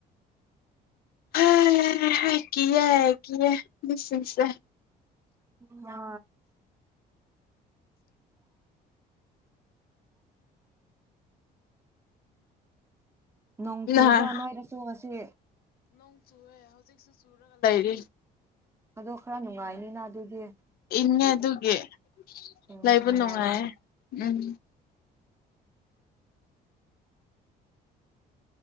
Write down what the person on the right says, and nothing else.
ꯃꯥ꯫ ꯎ꯫ ꯅꯣꯡ ꯆꯨꯕ꯭ꯔꯥ
ꯅꯣꯏꯗꯁꯨ ꯉꯁꯤ
ꯑꯗꯣ ꯈꯔ ꯅꯨꯡꯉꯥꯏꯅꯤꯅ ꯑꯗꯨꯗꯤ꯫
ꯎꯝ
ꯅꯨꯡꯉꯥꯏꯒꯅꯤ
ꯑ꯫